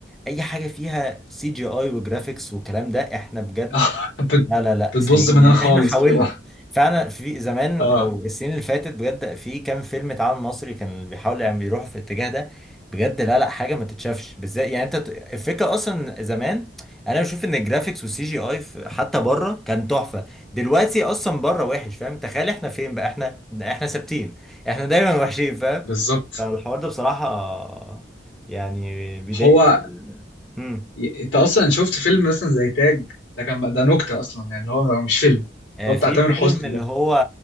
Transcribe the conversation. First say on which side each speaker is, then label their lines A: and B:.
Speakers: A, in the centre; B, on the left (about 85°).
A: اي حاجه فيها سي جي اي وجرافيكس والكلام ده احنا بجد
B: <laughs> بت-
A: لا لا لا
B: بتبوظ
A: سيئين
B: مننا
A: يعني
B: خالص
A: احنا حاولنا
B: بتبقى
A: فعلا في زمان
B: اه
A: او السنين اللي فاتت بجد في كام فيلم اتعمل مصري كان بيحاول يعني بيروحوا في الاتجاه ده بجد لا لا حاجه ما تتشافش بالذات يعني انت ت- الفكره اصلا زمان انا بشوف ان الجرافيكس والسي جي اي حتى بره كان تحفه دلوقتي اصلا بره وحش فاهم تخيل احنا فين بقى احنا احنا ثابتين احنا دايما وحشين فاهم
B: بالظبط
A: فالحوار ده بصراحه يعني بيضايق
B: هو
A: امم.
B: ي- انت اصلا شفت فيلم مثلا زي تاج ده كان ده نكته اصلا يعني اللي هو هو مش فيلم
A: آه،
B: هو بتاع
A: في
B: تامر
A: فيلم
B: حسني
A: اللي
B: ده
A: هو